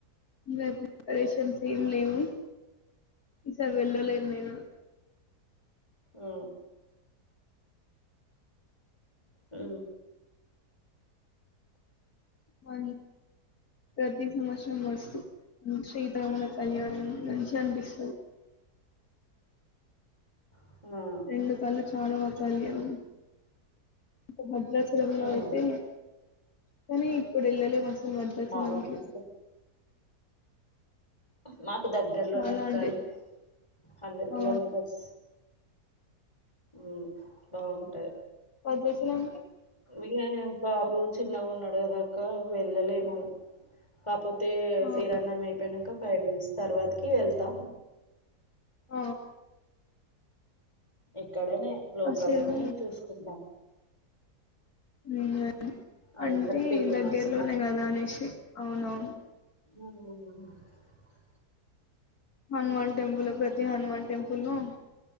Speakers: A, on the left (about 65°); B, on the left (about 15°).
A: ఇంకా ప్రిపరేషన్స్ ఏం లేవు ఈసారి వెళ్ళలేదు నేను
B: అ అ
A: మ ప్రతి సమసం వస్తుంచి ఇద్దమల కళ్యాణ మనిష అనిపిస్తు
B: ఆ
A: రెండు కళ్ళు చాలవు ఆ కళ్యాణం ఇంకా భద్రాచలంలో
B: ఆ ఉ
A: అయితే కానీ ఇప్పుడు ఇళ్లలు మాసలు మద్దద్దతి
B: బావనిపిస్తాయి.
A: నకి
B: మాకు దగ్గరలోనే
A: చాలా
B: అక్క
A: అంటే
B: అది హండ్రెడ్
A: ఆ,
B: కిలోమీటర్స్ ఉ బాగుంటాయి
A: పది పైసలు
B: ఇక బాబు చిన్నగా ఉన్నాడు కదాక్క వెళ్ళలేను కాకపోతే తే
A: ఆ,
B: శ్రీరామనవమి అయిపోయినంక ఫైవ్ డేస్ తర్వాతకి వెళ్తా
A: ఆ
B: ఇక్కడనే లోకల్నే
A: అసలు
B: చూసుకుంటాను
A: ఉ
B: అది
A: అంటే
B: ఇక్కడ ఫేమస్
A: దగ్గర్లోనే కదా అనేషి అవునువును
B: అ
A: హనుమాన్ టెంపుల్ ప్రతి హనుమాన్ టెంపుల్ లో